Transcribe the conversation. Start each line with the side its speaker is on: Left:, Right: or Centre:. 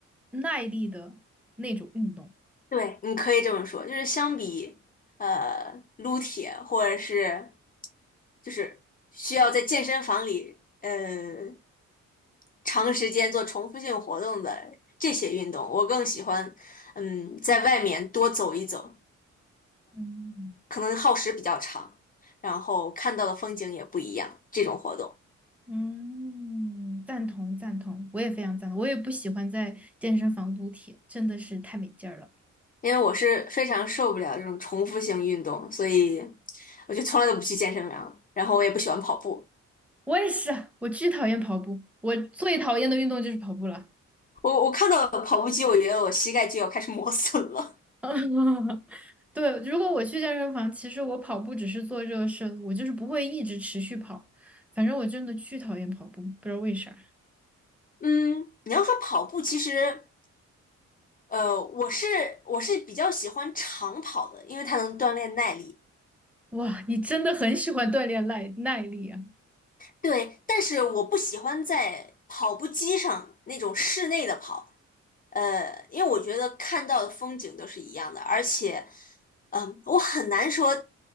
Centre: 耐力的那种运动。
Left: 对，你可以这么说，就是相比呃撸铁或者是就是需要在健身房里呃长时间做重复性活动的这些运动，我更喜欢嗯在外面多走一走。
Centre: 嗯。
Left: 可能耗时比较长，然后看到的风景也不一样。这种活动，
Centre: 嗯，赞同赞同，我也非常赞同。我也不喜欢在健身房撸铁，真的是太没劲儿了。
Left: 因为我是非常受不了这种重复性运动，所以我就从来都不去健身房，然后我也不喜欢跑步。
Centre: 我也是啊，我巨讨厌跑步，我最讨厌的运动就是跑步了。
Left: 我我看到跑步机，我觉得我膝盖就要开始磨损了。
Centre: <laughs> 对，如果我去健身房，其实我跑步只是做热身，我就是不会一直持续跑。反正我真的巨讨厌跑步，不知道为啥。
Left: 嗯，你要说跑步，其实呃，我是我是比较喜欢长跑的，因为它能锻炼耐力。
Centre: 哇，你真的很喜欢锻炼耐耐力啊！
Left: 对，但是我不喜欢在跑步机上那种室内的跑，呃，因为我觉得看到的风景都是一样的，而且，嗯、我很难说，